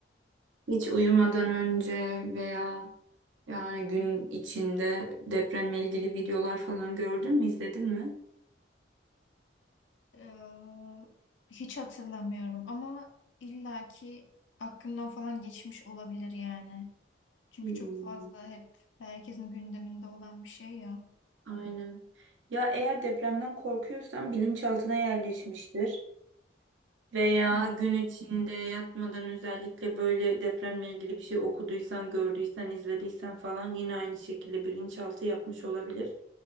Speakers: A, on the right; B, on the left.
A: Hiç uyumadan önce veya yani gün içinde depremle ilgili videolar falan gördün mü, izledin mi?
B: Ee, hiç hatırlamıyorum ama illaki aklımdan falan geçmiş olabilir yani. Çünkü
A: Hmm.
B: çok fazla hep herkesin gündeminde olan bir şey ya.
A: Aynen. Ya eğer depremden korkuyorsan bilinçaltına yerleşmiştir. Veya
B: Hmm.
A: gün içinde yatmadan özellikle böyle depremle ilgili bir şey okuduysan, gördüysen, izlediysen falan yine aynı şekilde bilinçaltı yapmış olabilir.